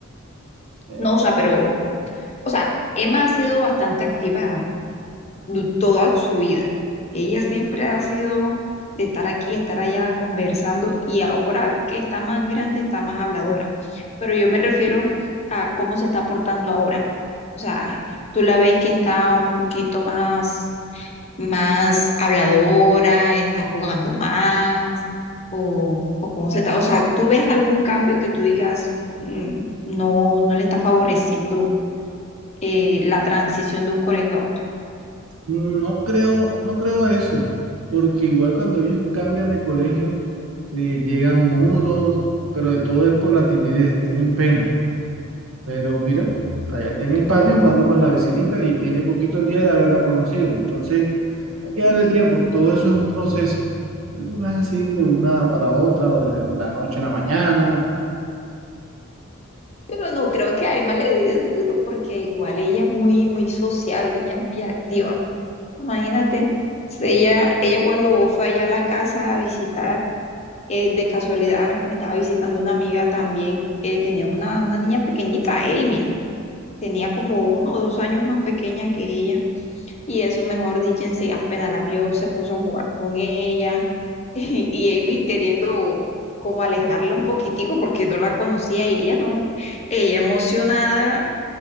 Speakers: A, on the right (about 75°); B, on the left (about 30°).
A: Eh,
B: No, o sea, pero, o sea, Emma ha sido bastante activa. du- toda su vida. Ella siempre ha sido de estar aquí, estar allá conversando y ahora que está más grande está más habladora. Pero yo me refiero a cómo se está portando ahora. O sea, tú la ves que está un poquito más más habladora, está jugando más, o, o cómo se está. O sea, ¿tú ves algún cambio que tú digas mm, no, no le está favoreciendo eh, la transición de un colegio a otro?
A: No creo, no creo eso, porque igual cuando ellos cambian de colegio, eh, llegan mudos, pero de todo es por la timidez, tienen pena. Pero mira, allá está en el patio jugando con la vecinita y tiene poquitos días de haberla conocido. Entonces, hay que darle tiempo. Todo eso es un proceso. Eso no es así de una para otra, o de la noche a la mañana.
B: Pero no creo que a Emma le dé duro porque igual ella es muy, muy sociable, ella es muy activa. Imagínate, si ella, ella cuando fue allá a la casa a visitar, eh, de casualidad me estaba visitando una amiga también que tenía una, una niña pequeñita, Amy. tenía como uno o dos años más pequeña que ella. Y eso, mejor dicho, ense- apenas la vio, se puso a jugar con ella. Y, y Amy queriendo como alejarla un poquitico porque no la conocía y ella no. Ella emocionada,